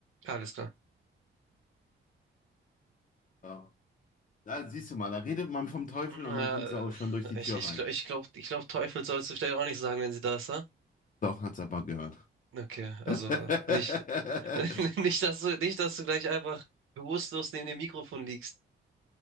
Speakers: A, on the right; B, on the left.
A: Alles klar.
B: Ja. Da siehst du mal, da redet man vom Teufel
A: Ja,
B: und dann kommt sie auch schon durch die
A: ich,
B: Tür
A: ich,
B: rein.
A: glaube, ich glaube, ich glaub, Teufel sollst du vielleicht auch nicht sagen, wenn sie da ist,
B: Doch, hat's aber gehört.
A: Okay, also
B: <laughs> Warte,
A: nicht, <laughs> nicht, dass du, nicht, dass du gleich einfach bewusstlos neben dem Mikrofon liegst.